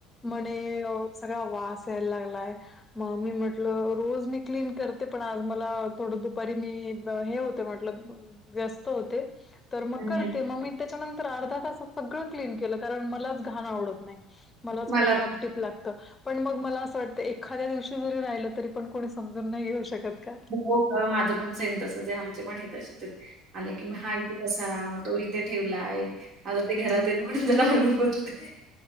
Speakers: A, on the left (about 20°); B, on the right (about 50°).
A: म्हणे अं सगळा वास यायला लागलाय. मग मी म्हटलं रोज मी क्लीन करते, पण आज मला थोडं दुपारी मी हे होते म्हटलं व्यस्त होते. तर मग
B: हं.
A: करते, मग मी त्याच्यानंतर अर्धा तासात सगळं क्लीन केलं. कारण मलाच घाण आवडत नाही. मलाच
B: मला
A: खूप टापटीप लागत, पण मग मला असं वाटतं- एखाद्या दिवशी जरी राहिलं तरी पण कोणी समजून नाही घेऊ शकत. का?
B: हो ग माझं पण सेम तसंचे आमचे पण हे त आले की मी हा इथे पसारा मग तो इथे ठेवलाय. आता ते घरात आहेत म्हणून जरा हळू बोलते.